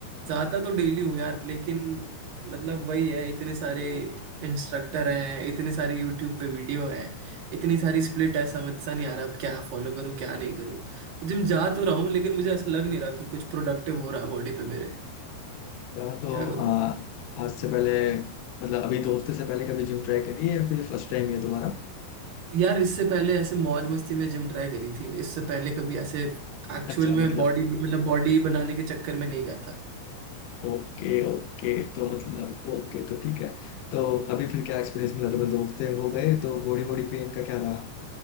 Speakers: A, on the right (about 60°); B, on the left (about 80°).
A: जाता तो डेली हूँ यार लेकिन मतलब वही है इतने सारे इंस्ट्रक्टर हैं इतने सारे यूट्यूब पे वीडियो हैं इतनी सारी स्प्लिट है समझ सा नहीं आ रहा अब क्या फॉलो करूँ क्या नहीं करूँ जिम जा तो रहा हूँ लेकिन मुझे ऐसा लग नहीं रहा कि कुछ प्रोडक्टिव हो रहा है बॉडी पे मेरे
B: यार तो
A: क्या
B: आ, आज से पहले मतलब अभी दो हफ्ते से पहले कभी जिम ट्राई करी है या फिर फर्स्ट टाइम है तुम्हारा
A: यार इससे पहले ऐसे मौज मस्ती में जिम ट्राई करी थी इससे पहले कभी ऐसे एक्चुअल
B: अच्छा
A: में
B: मतलब
A: बॉडी मतलब बॉडी बनाने के चक्कर में नहीं गया
B: ओके ओके तो मतलब ओके तो ठीक है तो अभी फिर क्या एक्सपीरियंस मिला तुम्हें दो हफ्ते हो गए तो बॉडी बॉडी पेन का क्या रहा